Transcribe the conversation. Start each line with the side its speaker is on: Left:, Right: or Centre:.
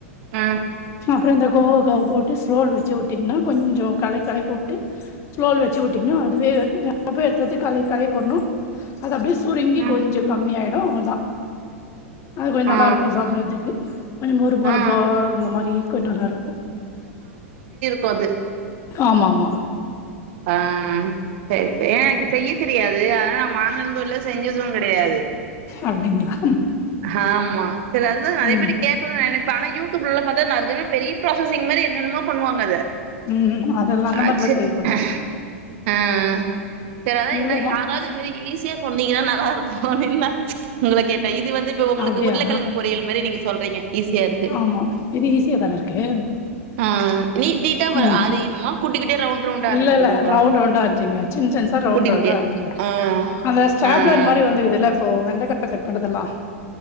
Right: அ
Left: அப்றோ இந்த கோவக்க போட்டு ஸ்லோல்ல வெச்சு வுட்டீங்னா கொஞ்ஜோ கலெக்இ கலக்கிவுட்டு ஸ்லோல வெச்சு வுட்டிங்னா அதுவே எ அப்பயே எடுதெடுத்து களகி களகி வுட்ணு அது அப்டே சுருங்கி
Right: ஆ
Left: கொஞ்ஜோ கம்மியாய்டு அவ்ளோதா அது கொன்
Right: ஆ
Left: நல்லாருக்கு சாப்றதுக்கு கொஞ் மொறு மொறப்பா
Right: ஆ ஆ
Left: இந்த மாரி கு நல்லா இரு
Right: குஅது
Left: ஆமாமா
Right: ஆ செரி செரரி ஏ செய்ய தெரியாது அது அதநா வாங் ந்துல்ல செஞ்சது கெடயாது
Left: அப்டிங்களா
Right: ஹாமா சர் அதுதா நெறய
Left: ம்
Right: பேர்ட்ட கேகனு நெனச் ஆனா யூடியூப்லலா பார்த்தா நறைய பெரிய பிராசிங் மாதி என்னென்னமோ பண்ணுவாங்க அத
Left: ம் அதெல்லா அந்த
Right: அச்
Left: மாரிலா செய்யக்கூடாது
Right: <unintelligible> அ சர் அதா
Left: இவ்ளோதா
Right: ஏதா யாராது இது மாரி ஈஸியா சொன்னீங்கன்னா நல்லாருக்கு ஹோனின்னா உங்கள கேட்டே இது வந்து இப்ப உங்களுக்கு
Left: அப்டியா
Right: உருளக்கெழங்கு பொறியல் மாரி நீங்க சொல்றீங்க ஈஸியா இருக்கு
Left: ஆமா இது ஈஸியா தான இருக்கு
Right: ஆஹ் நீட் நீட்டா
Left: ம்
Right: அறியுணுமா குட்டி குட்டியா ரவுண்ட் ரவுண்டா
Left: இல்ல
Right: அரிஞ்சுக்கணுங்களா
Left: இல்ல ரவுண்ட் ரவுண்டா அஞ்சுங்க சின் சின்சா ரவுண்ட்
Right: குட்டி
Left: ரவுண்ட்
Right: குட்டியா
Left: அஞ்சுங்க
Right: ஆ
Left: அந்த ஸ்டாப்ளர்
Right: ஆ ஆ
Left: மாரி வந்துகுதுல இப்போ வெண்டகாவ கட் பண்ணி பதலாம்